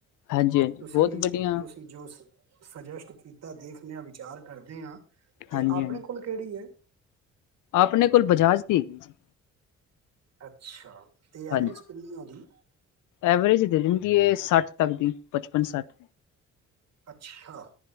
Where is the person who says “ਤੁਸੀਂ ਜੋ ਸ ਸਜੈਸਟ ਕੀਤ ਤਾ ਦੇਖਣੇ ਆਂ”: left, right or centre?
Right